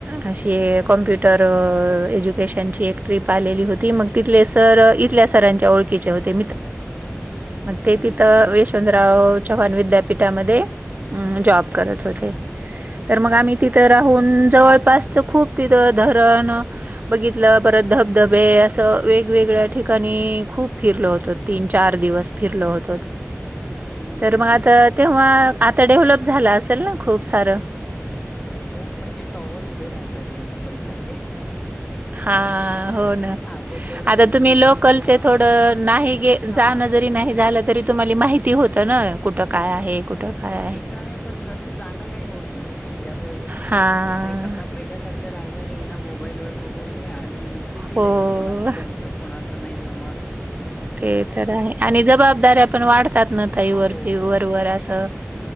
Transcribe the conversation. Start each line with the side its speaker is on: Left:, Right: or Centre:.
Right: कशी आहे कमप्युट एज्युकेशनची एक टीप आलेली होती मंग तिथंले सरं इथल्यां सरांच्या ओळंख ओळंखीचे होती
Left: हं,
Right: ते तिथं
Left: हं, हं,
Right: मंग
Left: हं.
Right: वेश चंद्रराव चव्हांण विद्यापीठांमध्ये जॉब करतं होते तरं मंग आम्हीं
Left: अच्छा.
Right: तिथं राहूंन जवळंपासचं खूंप तिथं धरणं बघितलं परंत धबधबे असं वेगवेगळ्यां ठिकाणीं खूंप फिरलं होतं तीनं चार दिवसं फिरलो होतो
Left: हं, हं,
Right: तरं
Left: हं,
Right: मंग आंता
Left: हं.
Right: तेंव्हा आंता डेव्हलप झालं असेल नां खूंप सारं
Left: खूंप म्हणजे टॉवर उभे राहांयला लागले मुंबई सारखें
Right: हां हो नां
Left: अगोदर
Right: आंता
Left: बंगलो
Right: तुम्हीं लोकल
Left: किंवा
Right: थोडं नाहींणरी
Left: हां,
Right: नाहीं झालं तरी तुम्हांला माहिती होतं नां कुठं कायं आहे कुठं काय
Left: माहित आहे पणं असं जाणं कांहीं होतं नाहीं म्हणजे असं ट्र्रीप
Right: हा.
Left: टाईप आंता पहिल्यासारखं राहिलं नाहीं नां मोबाईल वरं बघूंन घ्यां आणि बिझी
Right: हो.
Left: लाईफ कोणाचं जमतं कोणाचं नाहीं जमतं
Right: ते तरं आहे आणि जबाबदारी आपणं वाढतांत नं ताई
Left: हो,
Right: वरती वरं जोवर असं